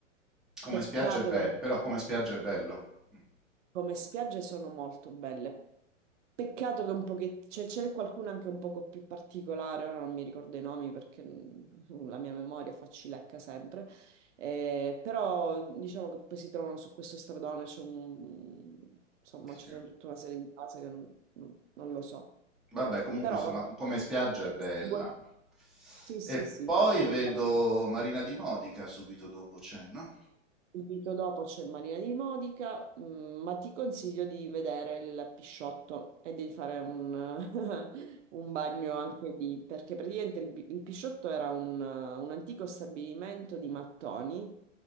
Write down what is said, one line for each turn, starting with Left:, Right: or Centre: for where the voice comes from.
Centre: Come
Right: peccato
Centre: spiaggia è bello,
Right: che un
Centre: però
Right: po'.
Centre: come spiaggia è bello. Mm,
Right: Come spiagge sono molto belle. Peccato che un pochettino, cioè c'è qualcuno anche un poco più particolare, ora non mi ricordo i nomi perché mm, la mia memoria facilecca sempre, Eh, però diciamo che poi si trovano su questo stradone, c'è un... insomma
Centre: sì.
Right: ci sono tutta una serie di case che non, non- non lo so.
Centre: Vabbè, comunque
Right: Però
Centre: insomma,
Right: vabbè,
Centre: come spiaggia
Right: eh,
Centre: è bella.
Right: se vuoi- sì sì
Centre: E poi
Right: sì, se ti vuoi
Centre: vedo
Right: fare.
Centre: Marina di Modica subito dopo c'è, no?
Right: Subito dopo c'è il Marina di Modica, mm, ma ti consiglio di vedere il Pisciotto e di fare un, <laughs> un bagno anche lì, perché praticamente il, il Pisciotto era un, un antico stabilimento di mattoni,